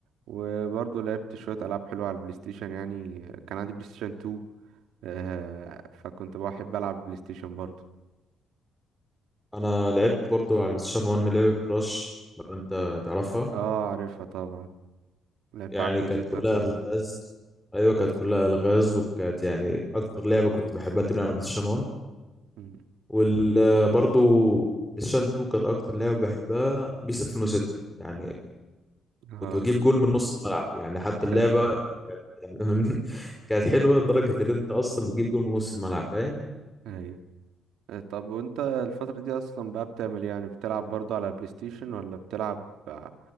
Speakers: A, on the right; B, in the centre.
A: وبرضه لعبت شوية العاب حلوة على البلاي ستيشن يعني كان عندي بلاي ستيشن 2 آه، فكنت بحب العب بلاي ستيشن برضه
B: انا لعبت برضو على البلاي ستيشن 1 لعبة كراش لو انت تعرفها
A: اه عارفها طبعا لعبتها
B: يعني
A: على الكمبيوتر
B: كانت كلها
A: باين
B: الغاز ايوه كانت كلها الغاز وكانت يعني اكتر لعبة كنت بحبها تلعب على البلاي ستيشن
A: مم.
B: وبرضو بلايستيشن 2 كانت اكتر لعبه بحبها بيس 2006 يعني
A: اه
B: كنت بجيب جول من نص الملعب يعني حتى
A: <laughs>
B: اللعبه يعني <laughs> من- كانت حلوه لدرجه ان انت اصلا بتجيب جول من نص الملعب فاهم
A: ايوه آه، طب وانت الفترة دي اصلا بقى بتعمل إيه؟ يعني بتلعب برضو على بلاي ستيشن ولا بتلعب ع-